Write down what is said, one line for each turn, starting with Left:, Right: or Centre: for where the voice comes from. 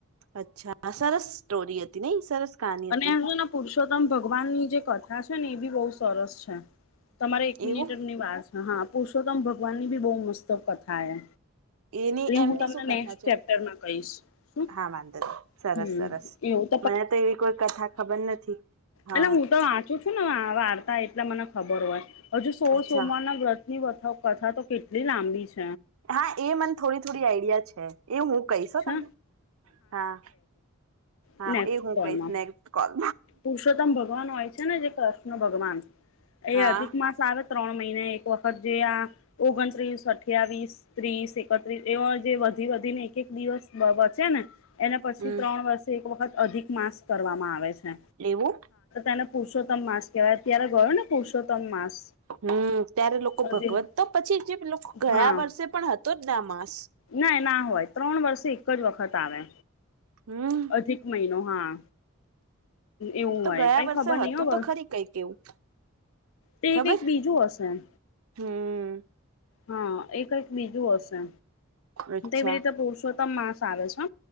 Right: અચ્છા સરસ સ્ટોરી હતી નઈ સરસ કહાની હતી
Left: એવ અને પુરુષોત્તમ ભક્ત. ભગવાન ની જે કથા છે ને એ બી બહુ સરસ છે તમારે એક
Right: એવું
Left: મિનિટની વાત. હા પુરષોત્તમ ભગવાન ની બી બહુ મસ્ત કથા એ
Right: એની
Left: એ હું
Right: એમની
Left: તમને
Right: શું કથા
Left: નેક્સ્ટ
Right: છે
Left: ચેપ્ટરમાં કહીશ શું
Right: હા વાંધો સરસ
Left: હમ
Right: સરસ
Left: એવું
Right: મને તો એવી કોઈ કથા ખબર નથી હા
Left: એેલે હું તો વાંચુ છું ને વાર્તા એટલે મને ખબર હોય હજુ સોળ
Right: અચ્છા
Left: સોમવારના વ્રથ ની કથા તો કેટલી લાંબી છે
Right: હા એ મને થોડી થોડી આઈડિયા છે એ હું કહીશ
Left: છે?
Right: તમને હા હા
Left: નેક્સ્ટ
Right: એ હું
Left: કોલમાં.
Right: કહીશ નેક્ કોલ
Left: પુરુષોત્તમ ભગવાન હોય છે ને જે કૃષ્ણ ભગવાન
Right: હા
Left: એ અધિક માસ આવે ત્રણ મહિના એક વખત જે આ ઓગણત્રીસ અઠ્યાવીસ ત્રીસ એકત્રીસ એ જે બી વધી ને એક એક દિવસ બચે ને એને પછી
Right: હમ
Left: ત્રણ વર્ષે એક વખત અધિક માસ કરવામાં આવે છે
Right: લેવું
Left: એને પુરુોતમ માસ કહેવાય અત્યારે ગયો ને પુરષોતમ માસ
Right: હમ ત્યારે લોકો
Left: અધિક
Right: ભગવત તો પછી જે લોકો ગયા
Left: હા
Right: વર્ષે પણ હતો જ ને આ માસ
Left: ના ના હોય ત્રણ વર્ષ એક જ વખત આવે.
Right: હમ
Left: અધિક મહિનો હા. એવું
Right: તો
Left: હોય
Right: ગયા
Left: કઈ
Right: વર્ષે
Left: ખબર
Right: હતું
Left: નહ ખબર.
Right: તો ખરી કઈક એવું
Left: તે
Right: ખબર
Left: કઈ બીજું હશે એમ.
Right: હમ.
Left: હા એ કઈક બીજું હશે
Right: અચ્છા
Left: તેવી રીતે પુરુષોત્તમ માસ આવે છે.